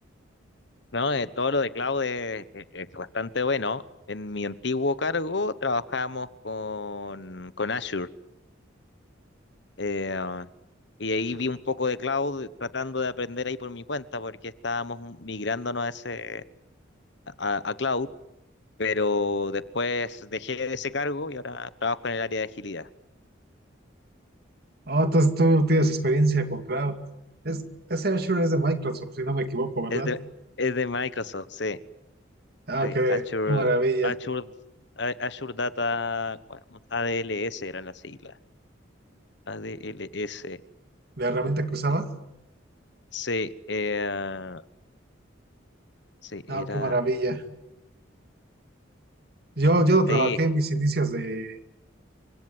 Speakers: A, on the left; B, on the right.
A: No, Eh, todo lo de cloud es, es- es bastante bueno. En mi antiguo cargo trabajábamos con, con Azure. eh, ah, y ahí vi un poco de cloud tratando de aprender ahí por mi cuenta, porque estábamos migrándonos a ese, a- a cloud. pero después dejé ese cargo y ahora trabajo en el área de agilidad.
B: Oh, entonces tú tienes experiencia con Cloud. Es, ese Azure es de Microsoft, si no me equivoco, ¿verdad?
A: Es de, es de Microsoft, sí,
B: Ah,
A: sí,
B: qué,
A: Azure,
B: qué maravilla.
A: Azure, A- Azure Data, bueno, ADLS eran las siglas, ADLS,
B: ¿La herramienta que usabas?
A: eh, sí, eh, sí,
B: Ah,
A: era,
B: qué maravilla. Yo, yo trabajé
A: sí,
B: en mis inicios de,